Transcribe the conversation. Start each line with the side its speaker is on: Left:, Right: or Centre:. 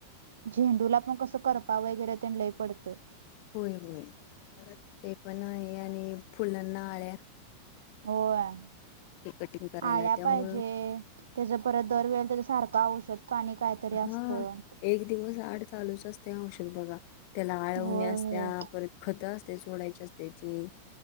Right: झेंडूला पण कसं करपा वगैरे त्यां लई पडतोय.
Left: होय, होय. ते पण आहे आणि फुलांना आळ्या-
Right: होय.
Left: ते कटिंग करायला
Right: आळ्या
Left: त्यामुळं
Right: पाहिजे- त्याज परत, दरवेेळे त्याच्या सारखं औषध पाणी कायतरी
Left: हा
Right: असतं.
Left: एक दिवस आड चालूच असतय औषध बघा. त्याला आळवण्या
Right: होय
Left: असत्या.
Right: होय
Left: परत खतं असतय सोडायची असतेची.